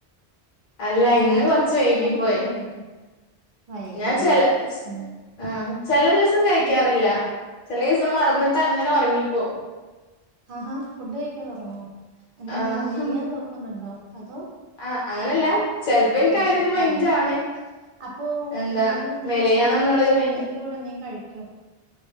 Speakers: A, on the left; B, on the right.
A: അല്ല ഇന്ന്
B: രാത്രിയിലെ
A: കൊറച്ച്
B: ഭക്ഷണം
A: വൈകി
B: വൈകീട്ടാണോ
A: പോയി
B: കഴിക്കാ വൈകിയല്ലേ
A: ഞാൻ ചെല
B: ഉം
A: ആഹ് ചെല ദിവസം കഴിക്കാറ് ഇല്ല ചെലീസം മറന്നിട്ട് അങ്ങനെ ഒറങ്ങിപ്പോവും
B: ആഹാ ഫുഡ് കഴിക്കാതുറങ്ങോ എന്താ
A: ആഹ്
B: മെ മെലിയാൻ നോക്കുന്നുണ്ടോ അതോ
A: ആഹ് അങ്ങനല്ല ചെലപ്പോ എനിക്ക്
B: വെശക്കാതേ
A: അങ്ങനെ ഒരു മൈൻഡ് ആണ്
B: അപ്പൊ
A: എന്താ
B: ഈവനിങ് എന്തെങ്കിലും
A: മെലിയണം
B: ചായ
A: എന്നുള്ളൊരു
B: ചായക്ക്
A: മൈൻഡ്
B: കൂടെ എന്തെങ്കിലും കഴിക്കോ?